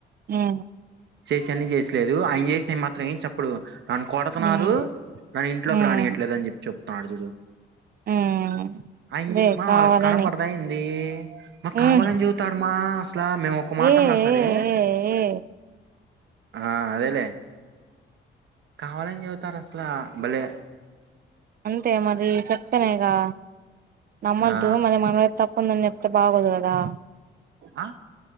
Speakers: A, on the right; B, on the right.
A: ఆ
B: చేసేన్న చేసిలేదు ఆయన చేసినవి మాత్రం ఏం చెప్పడు. నన్ను కొడతున్నారు
A: హ్మ్
B: నన్ను ఇంట్లోకి
A: హ్మ్
B: రానియట్లే అని చెప్పి చెప్తున్నాడు. చూడు
A: హ్మ్
B: ఆయన
A: అదే
B: మా
A: కావాలని
B: వాళ్ళకు కనపడదాయింది మా
A: హ్మ్
B: కావాలని చెపుతారు మా అసలా మేము ఒక మాట
A: ఏ ఏ
B: అన్నా సరే.
A: ఏ ఏ
B: ఆ అదేలే కావాలని చెబుతారు అసల భలే.
A: అంతే మరి చెప్తనాయిగా నమ్మద్దు
B: ఆ
A: మరి మన తప్పుందని చెప్తే బాగోదు కదా.
B: ఆ